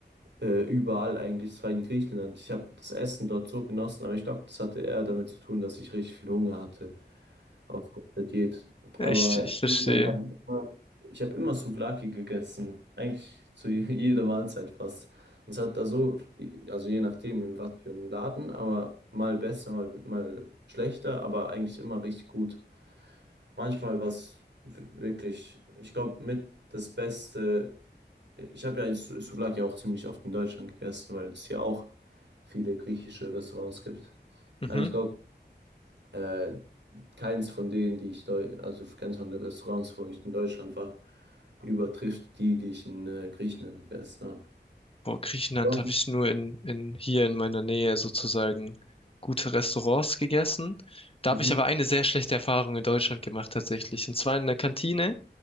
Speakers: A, on the right; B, on the left.
A: Äh, überall eigentlich, es war in Griechenland. Ich habe das Essen dort so genossen, aber ich glaube, das hatte eher damit zu tun, dass ich richtig viel Hunger hatte. Ausgerüstet geht. Aber
B: Ich, ich verstehe.
A: in Griechenland habe ich immer, ich habe immer Souvlaki gegessen. Eigentlich zu je- jeder Mahlzeit fast. Und es hat da so, also je nachdem in was für einen Laden, aber mal besser, mal, mal schlechter, aber eigentlich immer richtig gut. Manchmal was wirklich, ich glaube, mit das Beste. Ich habe ja Sou- Souvlaki auch ziemlich oft in Deutschland gegessen, weil es ja auch viele griechische Restaurants gibt.
B: Mhm.
A: Aber ich glaube, äh, keins von denen, die ich, deu- also keins von den Restaurants, wo ich in Deutschland war, übertrifft die, die ich in äh, Griechenland gegessen habe.
B: Boah, Griechenland
A: Sonst-
B: habe ich nur in, in hier in meiner Nähe sozusagen gute Restaurants gegessen. Da
A: Mhm.
B: habe ich aber eine sehr schlechte Erfahrung in Deutschland gemacht tatsächlich. Und zwar in der Kantine,